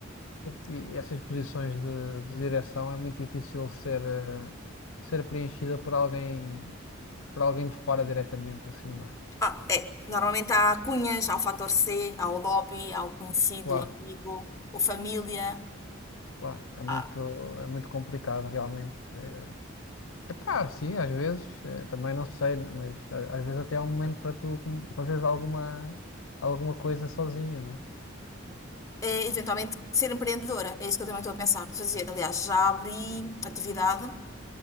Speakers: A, on the left; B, on the left.
A: e essas posições de, de direção é muito difícil ser, eh, ser preenchida por alguém, por alguém de fora diretamente, assim, não é?
B: Ah, é. Normalmente há cunhas, há o fator C, há o lobby, há o conhecido,
A: Claro,
B: o amigo, o família.
A: claro. É muito,
B: Há,
A: é muito complicado, realmente. Eh, Epá, sim, às vezes, eh, também não sei, mas a- às vezes até há um momento para tu com- fazeres alguma, alguma coisa sozinho, não é?
B: eh, eventualmente, ser empreendedora. É isso que eu também estou a pensar fazer. Aliás, já abri atividade